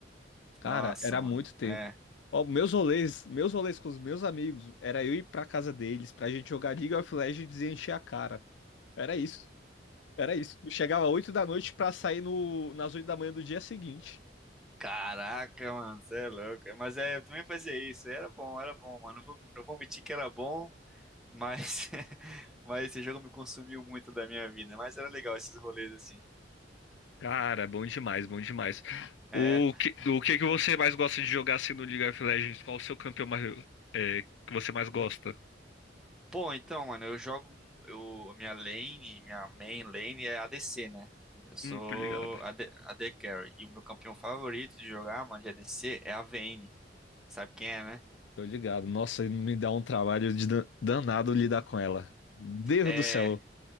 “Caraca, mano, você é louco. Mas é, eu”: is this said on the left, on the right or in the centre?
Centre